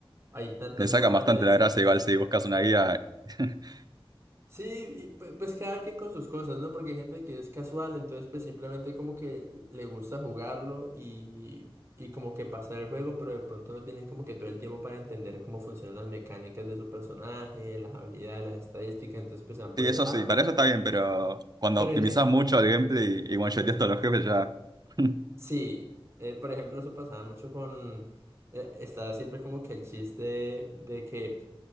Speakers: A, on the right; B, on the right.
A: hay tantas
B: Le sacan
A: formas
B: bastante la gracia igual si buscas una guía. <laughs>
A: Sí, y pu- pues cada quien con sus cosas, ¿no? Porque hay gente que es casual, entonces pues simplemente como que le gusta jugarlo y, y como que pasar el juego, pero de pronto no tienen como que todo el tiempo para entender cómo funcionan las mecánicas de su personaje, las habilidades, las estadísticas, entonces pues se van por
B: Sí,
A: ese
B: eso
A: lado.
B: sí, para eso está bien, pero cuando
A: Pero
B: optimizás
A: en, ge-
B: mucho el gameplay y one-shoteas todos los jefes ya... <laughs>
A: sí, eh, por ejemplo eso pasaba mucho con, eh, estaba siempre como que el chiste de que